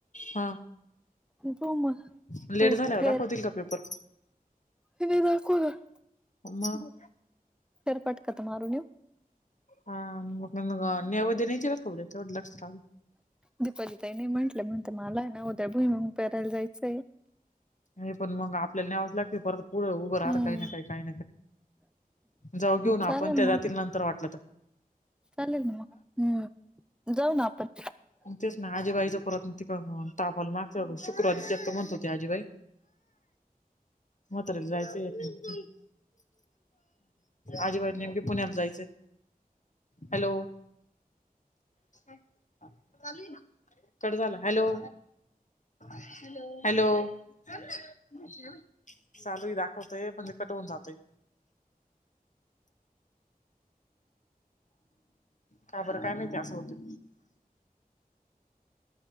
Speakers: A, on the left; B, in the centre.
A: हा
B: तूम त
A: लेट झाल्यावर
B: फर
A: दाखवतील
B: <unintelligible>
A: का पेपर
B: हेदा को <unintelligible>
A: म.
B: फेरफटका तर मारून येऊ.
A: हा मग नेवेद्य नाही केलात का बरं. तेवढं लक्ष टा
B: दीपाली ताई नाही म्हटलं म्हणते मला आहे ना उद्या भुईमुग पेरायला जायचंय.
A: नई पण मंग आपल्याला न्यावाच लागतंय परत पुढं उभं राह
B: हम्म
A: काही ना काही. काही जाऊ घेऊन आपण
B: चालेल
A: त्या
B: मग
A: जातील नंतर वाटलं त.
B: चालेल ना म हम्म जाऊ ना आपण.
A: म तेच ना आजीबाईच परत त तापल मागच्या शुक्रवारी त्या म्हणत होत्या आजीबाई. म्हातारील जायचय येत ह आजीबाई नेमके पुण्याला जायचंय. हॅलो, चालू येना कट झाला हॅलो. हॅलो चालू ह दाखवतय पण कट होऊन जातंय. का बरं काय माहिती आसं होत.